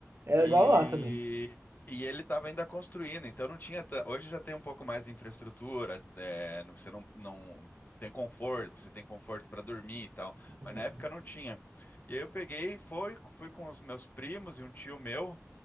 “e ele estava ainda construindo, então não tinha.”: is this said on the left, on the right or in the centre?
Left